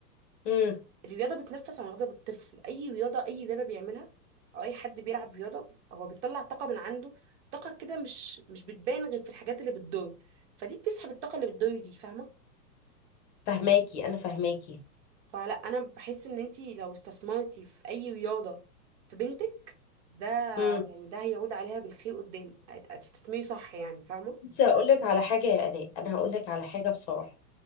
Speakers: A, on the left; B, on the right.
A: امم
B: الرياضة بتنفس عن بالطفل أي رياضة أي رياضة بيعملها أو أي حد بيلعب رياضة هو بيطلع طاقة من عنده طاقة كده مش مش بتبان غير في الحاجات اللي بتضر فدي بتسحب الطاقة اللي بتضر دي فاهمة
A: فهماكي انا فهماكي
B: فلا أنا بحس إن أنتي لو استثمرتي في أي رياضة في بنتك ده
A: امم
B: يعني ده هيعود عليها بالخير قدام هت- هتستثمري صح يعني فاهمة
A: بصي هقول لك على حاجة يا آلاء انا هقول لك على حاجة بصراحة